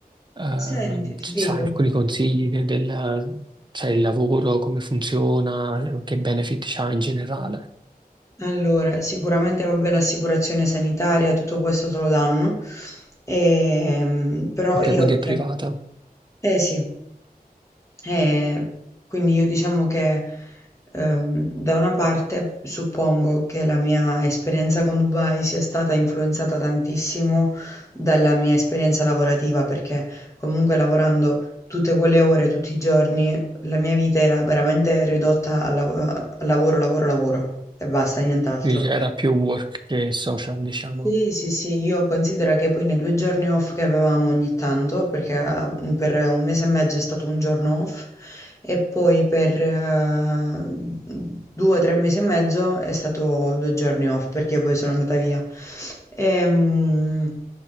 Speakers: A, on the right (about 30°); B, on the left (about 20°).
A: ehm,
B: Senti, ti
A: c-
B: dico,
A: sai, alcuni consigli de- del, sai, il lavoro, come funziona, ehm, che benefit c'ha in generale.
B: allora, sicuramente vabbè l'assicurazione sanitaria, tutto questo te lo danno, ehm, però
A: Ok,
B: io...
A: quindi è privata,
B: Eh sì, Eh, quindi io diciamo che ehm, da una parte suppongo che la mia esperienza con Dubai sia stata influenzata tantissimo dalla mia esperienza lavorativa, perché comunque lavorando tutte quelle ore, tutti i giorni, la mia vita era veramente ridotta al lav- al lavoro, lavoro, lavoro e basta, nient'altro.
A: quindi era più work che social, diciamo.
B: Sì, sì, sì, io considero che poi nei due giorni off che avevamo ogni tanto, perché eh, per un mese e mezzo è stato un giorno off, e poi per eh, due tre mesi e mezzo è stato due giorni off, perché poi sono andata via. Ehm,